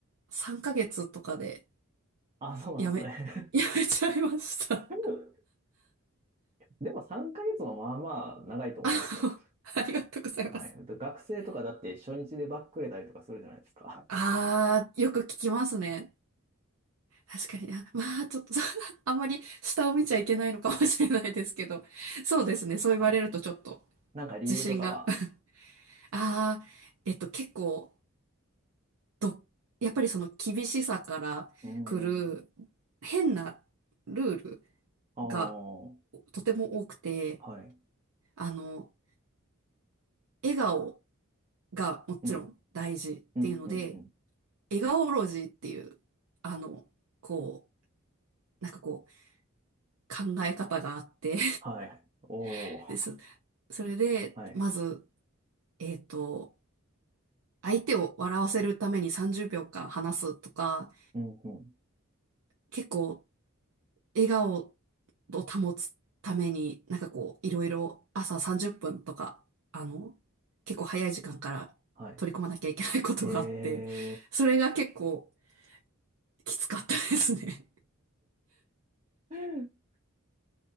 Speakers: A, on the right; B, on the right.
A: 3ヶ月とかで
B: ああ、そうなんですね。
A: やめ、<laughs> やめちゃいました。
B: <laughs> でも3ヶ月もまあまあ長いと思いますよ。
A: あの、ありがとうございます。
B: はい。で学生とかだって初日でバックれたりとかするじゃないですか。
A: あー、よく聞きますね。確かにな。まあ、ちょっと、<laughs> あんまり下を見ちゃいけないのかもしれないですけど。そうですね。そう言われるとちょっと
B: はい。なんか理由とかは。
A: 自信が。<laughs> あー、えっと、結構、ど、やっぱりその厳しさから来る変なルール
B: うーん。ああ、
A: がとても多くて、
B: はい。
A: あの、笑顔がもちろん大事っていうので、
B: うんうん、うん、うん。
A: 笑顔ロジーっていう、あの、こう、なんかこう、考え方があって
B: はい。おー。
A: <laughs> で、そ、それで、
B: はい。
A: まず、えっと、相手を笑わせるために30秒間話すとか、
B: うん、うん。
A: 結構、笑顔を保つために、なんかこう、いろいろ朝30分とか、あの、結構早い時間から取り込まなきゃいけないことがあって、
B: はい。へ
A: それが結構きつかったですね。
B: え。<laughs>